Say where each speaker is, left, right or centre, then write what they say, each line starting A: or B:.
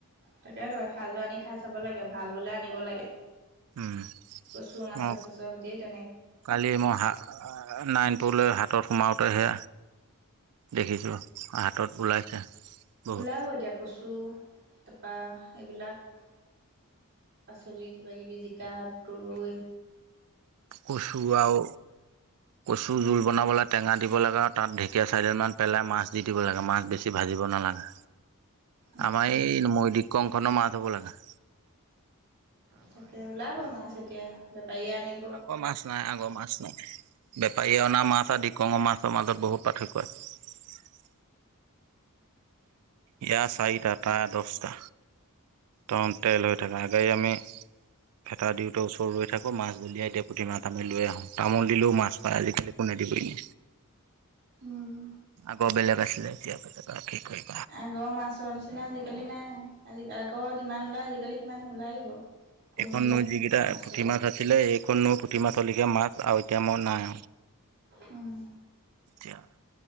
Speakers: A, on the right; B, on the right.
A: তাকেটো এসাজ আনি খাই চাব লাগে। ভাল হ'লে আনিব লাগে।
B: উম,
A: কচু মাছা
B: মই
A: চাছ সৈতি ত
B: কালি মই হাঁহ আ নাইনপুৰলৈ হাতত সোমাওঁ তেহে দেখিছো হাতত ওলাইছে বহুত
A: ওলাব এতিয়া কচু তাৰপৰা এইবিলাক পাচলি কিবা কিবি জিকা তুৰ
B: কচু আৰু কচু জোল বনাবলৈ টেঙা দিব লাগে। তাত ঢেকীয়া চাৰদিনমান পেলাই মাছ দি দিব লাগে মাছ বেছি ভাজিব নালাগে।
A: উম
B: আমাৰ এই মৈদিক কংখনৰ মাছ হ'ব লগা।
A: তাকে ওলাব মাছ এতিয়া বেপাৰীয়ে আনি
B: আগৰ মাছ নাই আগৰ মাছ নাই বেপাৰীয়ে অনা মাছ আদি কঙৰ মাছ। মাজত বহুত পাৰ্থক্যত ইয়য়া চাৰিটা তাৰ দহটা তন তেল হৈ থাককা গাড়ী আমি ভেতা দিওঁতে ওচৰ ৰৈ থাকো মাছ বলিয়াই দিয়ে পুথি মাছ আমি লৈ আহো তামোল দিলেও মাছ পায় আজিকালি কোনে দিবই ন
A: উম
B: আগৰ বেলেগ আছিলে এতিয়াক
A: আগৰ মাছৰ নিচিনা আজিকালি নাই আজি আগৰ যিমান ওলায় আজিকালি সিমান নোলায়ো বাৰু কমিলে
B: এইখননো যিকেইটা
A: মাছৰ
B: পুঠি মাছ আছিলে এইখননো প্ৰতি মাছলৈকে মাছ আৰু এতিয়া মই নাই
A: উম
B: তিয়া